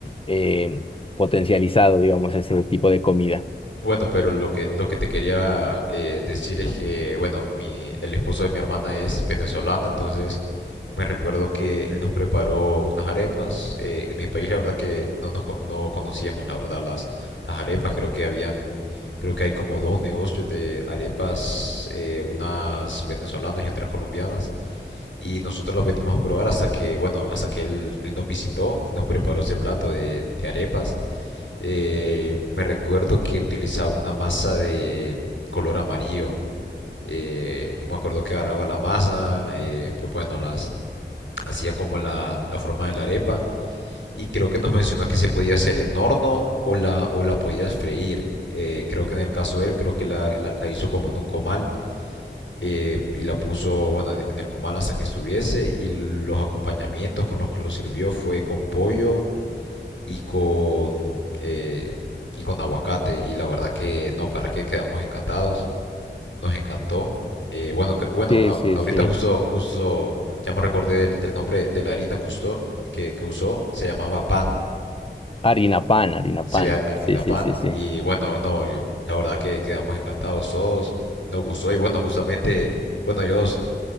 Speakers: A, on the left (about 30°); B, on the left (about 80°).
A: eh, potencializado, digamos, ese tipo de comida.
B: Bueno, pero lo que lo que te quería eh, decir es que, bueno, mi el esposo de mi hermana es venezolano, entonces Me recuerdo que él nos preparó unas arepas. eh, en mi país la verdad que no nos co- no conocíamos la verdad las las arepas. Creo que habían, creo que hay como dos negocios de arepas, eh, unas venezolanas y otras colombianas. Y nosotros las venimos a probar hasta que, bueno, hasta que él, él nos visitó y nos preparó ese plato de, de arepas. Eh, me recuerdo que utilizaba una masa de color amarillo. Eh, y me acuerdo que agarraba la masa, eh, pues bueno, las hacía como la, la forma de la arepa y creo que nos mencionó que se podía hacer en horno o la, o la podías freír. Eh, creo que en el caso de él, creo que la, la- la hizo como en un comal eh, y la puso, bueno, en el comal hasta que estuviese y los acompañamientos con los que lo sirvió fue con pollo y con, eh, y con aguacate y la verdad que no, para qué quedamos encantados nos encantó. Eh, bueno, que- bueno,
A: Sí,
B: a-
A: sí,
B: ahorita
A: sí.
B: justo, justo ya me recordé del, del nombre de la harina que usó, que, que usó, se llamaba pan,
A: Harina pan, harina
B: se
A: pan.
B: llama harina
A: Sí, sí,
B: pan
A: sí, sí.
B: y bueno, no, el- la verdad que quedamos encantados todos, nos gustó y bueno, justamente, bueno, ellos